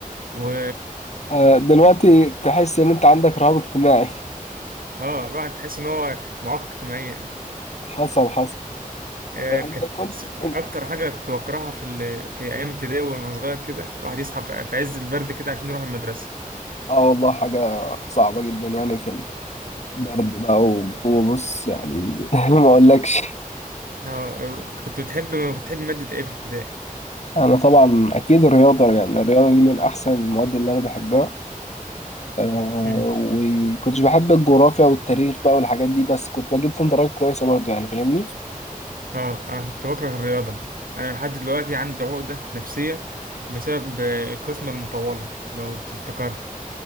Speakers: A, on the right; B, on the left.
A: و
B: آه، دلوقتي تحس ان انت عندك رهاب اجتماعي <laughs>
A: اه الواحد تحس ان هو معاق اجتماعيا
B: حصل حصل
A: آه،
B: آه،
A: كانت
B: انت كنت
A: اكتر
B: أنت-
A: حاجه كنت بكرهها في ال... في ايام ابتدائي وانا صغير كده الواحد يصحى في في عز البرد كده عشان يروح المدرسه
B: اه والله حاجة صعبة جدا يعني في برد بقى وجو بص يعني <laughs> ما اقولكش
A: اه كنت بتحب كنت بتحب مادة ايه في ابتدائي؟
B: انا طبعا اكيد الرياضه يعني الرياضه دي من احسن المواد اللي انا بحبها آه،
A: مم.
B: وكنتش بحب الجغرافيا والتاريخ بقى والحاجات دي بس كنت بجيب فيهم درجات كويسه برضه يعني فاهمني
A: اه انا كنت بكره الرياضة انا لحد دلوقتي عندي عقدة نفسية بسبب آه، القسمة المطولة لو تفتكرها